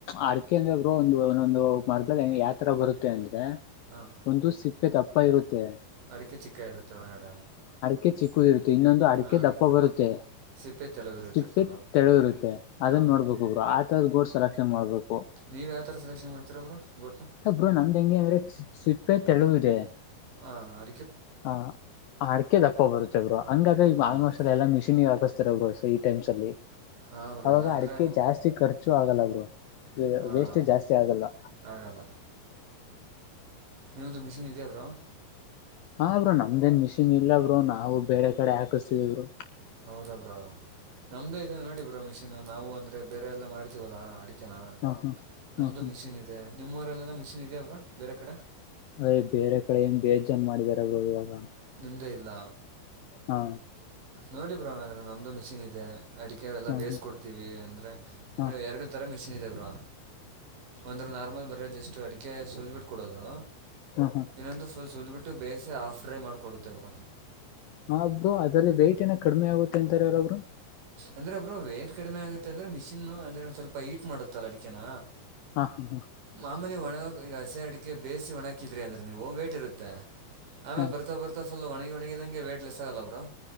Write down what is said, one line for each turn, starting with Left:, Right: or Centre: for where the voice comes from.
Left: ಅಡಕೆ ಅಂದ್ರೆರು ಒಂದು ಒಂದೊಂದು ಮರದದಲ್ಲಿ ಯಾವ ತರ ಬರುತ್ತೆ ಅಂದ್ರೆ
Right: ಹಾಂ
Left: ಒಂದು ಸಿಪ್ಪೆ ತಪ್ಪ ಇರುತ್ತೆ
Right: ಅಡಿಕೆ ಚಿಕ್ಕ ಇರುತ್ತೆ ಒಳಗಡೆ
Left: ಅೆ ಚಿಕ್ಕುದಿರುತ್ತೆ ಇನ್ನೊಂದು ಅಡಿಕೆ
Right: ಹಾಂ
Left: ದಪ್ಪ ಬರುತ್ತೆ
Right: ಸಿಪ್ಪೆ ತೆಲವು ಇರುತ್ತೆ
Left: ಸಿಪ್ಪೆ
Right: ಫುಲ್ಲು
Left: ತೆಳದ ಇರುತ್ತೆ
Right: ಹಾಂ
Left: ಅದನ್ನ
Right: ಬ್ರೋ
Left: ನೋಡ್ಬೇಕು ಒಬ್ರು ಆತರದ ಗೋಡ್ ಸೆಲೆಕ್ಷನ್ ಮಾಡ್ಬೇಕು
Right: ನೀವು ಯಾವ ಥರ ಸೆಲೆಕ್ಷನ್ ಮಾಡ್ತೀರ ಬ್ರೋ ಬೋಟು
Left: ಅರ ನಮ್ದೆಂಗ ಅವರಪ ತೆಳುವುಿದೆ
Right: ಆ ಅ
Left: ಹ ಅಡ್ಕೆ ದಪ್ಪ ಬರುತ್ತೆವರು ಹಂಗಾದ್ರೆ
Right: ಹಾಂ
Left: ಆಲ್ಮೋಸ್ಟ್ ಅ ಎಲ್ಲ ಮಿಷೀನಿ ವ್ಯವಸ್ಥೆ ಈ ಟೈಮ್ಸ್ ಅಲ್ಲಿ
Right: ಹಾಂ ಬ್ರೋ
Left: ಅವಾಗ
Right: ಎಲ್ಲ ಅಂದರೆ
Left: ಅಡಕೆ ಜಾಸ್ತಿ ಖರ್ಚು ಆಗಲ್ಲ ಅವರು
Right: ಹಾಂ
Left: ವೇಸ್ಟೇ ಜಾಸ್ತಿ ಆಗಲ್ಲ
Right: ಆಗಲ್ಲ ನಿಮ್ಮದು ಮಿಷಿನ್ ಇದೆಯ ಅವರಾ
Left: ಹಾರು ನಮ್ದೇನ್ ಮಿಷಿನ್ ಇಲ್ಲಬ್ರು ನಾವು ಬೇರೆ ಕಡೆ ಹಾಕಿಸಸ್ತೀವಿಿದ್ರು
Right: ಹೌದ ಬ್ರಾ ನಮ್ದು ಇದ ನೋಡಿ ಬ್ರಾ ಮಿಷಿನ್ ನಾವು ಅಂದ್ರೆ ಬೇರೆ ಎಲ್ಲಾ ಮಾಡ್ತೀವಲ್ಲಾ ಅಡಿಕ ೇನಾ
Left: ಹಾ ಹಾ
Right: ನಮ್ದು
Left: ಹ್ಮ ಹ್ಮ್
Right: ಮಿಷಿನ್ ಇದೆ ನಿಮ್ಮ್ ಊರಲ್ಲೆಲ್ಲ ಮಿಷಿನ್ ಇೆಯ ಅವರು ಬೇರೆ ಕಡೆ
Left: ಅೇ ಬೇರೆ ಕಡೆ ಏನ್ ಬೇಜ್ ಜನ ಮಾಡಿದಾರ ಅವರು ಇವಾಗ
Right: ಇಂದ ಇಲ್ಲ
Left: ಹ್ಮ
Right: ನೋಡಿ ಬ್ರ್ರ ನಮ್ದು ಮಿಷಿನ್ ಇದೆ ಅಡಿಕೆ ಎಲ್ಲ
Left: ಹಾ
Right: ಬೇಯಿಸಕೊಡ್ತೀವಿ
Left: ಹ್ಮ್
Right: ಅಂದ್ರೆ
Left: ಹಾ
Right: ಎರಡು ತರ ಮಿಷಿನ್ ಇದದೆವರು ಒಂದ್ರ ನಾರ್ಮಲ್ ಬರ ಜಸ್ಟ್ ಅಡಿಕೆ ಸುಲ್ ಬಿಟ್ಟ ಕೊಡೋದು
Left: ಹಾ
Right: ಇನ್ನೊಂದು ಫುಲ್ ಸುಲಟ್ಟು ಬೇಯಿಸಿ ಆಫ್ ಡ್ರೈವ್ ಮಾಡ್ಕೊಡುತ್ತೇವರು
Left: ಹಬ್ರು ಅದ್ರಲ್ಲಿ ಭೇಟೆನ ಕಡಿಮೆ ಆಗುತ್ತೆ ಅಂತಾರೆ ಅವ್ರೊಬ್ರು
Right: ಅಂದ್ರೆ ಒಬರು ವೇಟ್ ಕಡಿಮೆ ಆಗುತ್ತೆ ಅಂದ್ರೆ ಮಿಷಿನ್ ಅಂದ್ರೆ ಒ ಸ್ವಲ್ಪ ಹ ಈಟ್ ಮಾಡುತ್ತಲ್ಲ ಅಡಿಕೆನ
Left: ಹಾ ಹಾ ಹಾ
Right: ಆಮೇಲೆ ಒಣಗಕ ಈಗ ಹಸಿ ಅಡಿಕೆ ಬೇಯಿಸಿ ಒಣಗಾಕಿದ್ರಿ ಅಂದ್ರೆ ನೀವು ವೇಟ್ ಇರುತ್ತೆ ಆಮೇಲೆ
Left: ಹಾ
Right: ಬರ್ತಾ ಬರ್ತಾ ಫುಲ್ ಒಣಗಿ ಒಣಗಿದಂಗೆ ವೇಟ್ಲೆಸ್ ಆಗಲ್ಲ ಬ್ರಾ